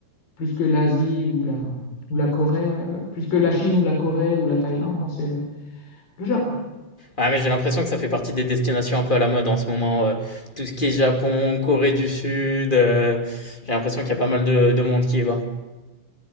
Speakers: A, on the left (about 50°); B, on the left (about 15°).
A: plus que l'Asie ou la ou la Corée, euh, plus que la Chine ou la Corée ou la Thaïlande. Non, c'est le Japon.
B: Ouais, mais j'ai l'impression que ça fait partie des destinations un peu à la mode en ce moment. euh, tout ce qui est Japon, Corée du Sud, euh, j'ai l'impression qu'il y a pas mal de, de monde qui y va.